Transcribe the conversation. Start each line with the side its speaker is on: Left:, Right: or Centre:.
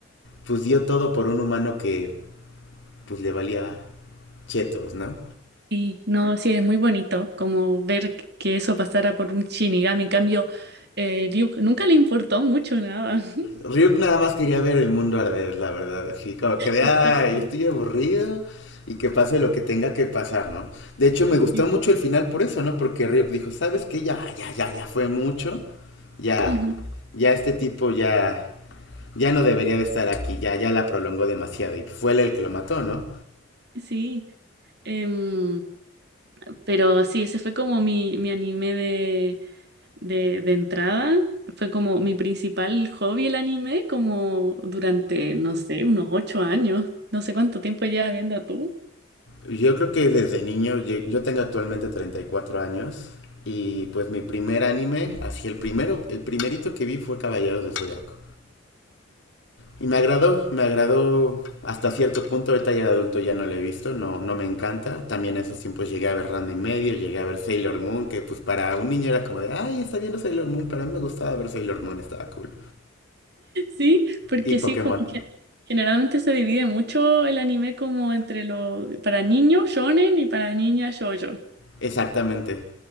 Left: pues dio todo por un humano que, pues, le valía chetos, ¿no?
Right: Sí, no, sí, es muy bonito como ver que eso pasara por un shinigami. En cambio, eh, Ryuk nunca le importó mucho nada. <laughs>
Left: Ryuk nada más quería ver el mundo arder, la verdad, así como que de,
Right: Exacto,
Left: ay, estoy aburrido y que pase lo que tenga que pasar, ¿no? De hecho, me gustó
Right: sí.
Left: mucho el final por eso, ¿no? Porque Ryuk dijo, ¿sabes qué? Ya, ya, ya, ya fue mucho, ya,
Right: Ujú,
Left: ya este tipo ya, ya no debería de estar aquí, ya, ya la prolongó demasiado y fue él el que lo mató, ¿no?
Right: Sí, Em, pero sí, ese fue como mi, mi anime de. de, de entrada. Fue como mi principal hobby el anime, como durante, no sé, unos ocho años. No sé cuánto tiempo llevas viendo tú. <laughs>
Left: Yo creo que desde niño, yo, yo tengo actualmente 34 años y pues mi primer anime, así el primero, el primerito que vi fue Caballeros de Zodiaco. Y me agradó, me agradó hasta cierto punto, ahorita ya de adulto ya no lo he visto, no, no me encanta. También en esos tiempos llegué a ver Ranma y medio, llegué a ver Sailor Moon, que pues para un niño era como de, ay, está viendo Sailor Moon, pero a mí me gustaba ver Sailor Moon, estaba cool.
Right: Sí, porque
Left: Y Pokémon,
Right: sí, como que generalmente se divide mucho el anime como entre lo para niños shonen y para niñas shoujo.
Left: exactamente.